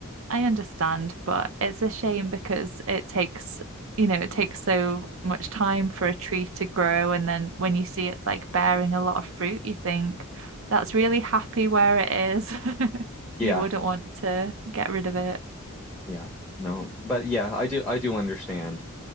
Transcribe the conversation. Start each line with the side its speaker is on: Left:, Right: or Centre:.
Right: I understand, but it's a shame because it takes, you know, it takes so much time for a tree to grow. And then when you see it's like bearing a lot of fruit, you think that's really happy where it is. <laughs> You
Centre: Yeah.
Right: wouldn't want to get rid of it.
Centre: Yeah, no, but yeah, I do I do understand